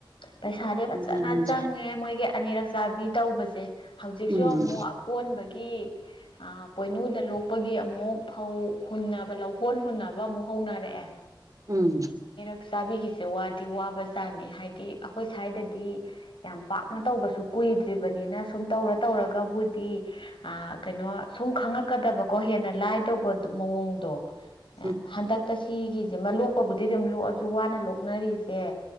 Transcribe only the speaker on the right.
ꯃꯌꯥꯝꯁꯦ
ꯎꯝ
ꯎꯝ
ꯎꯝ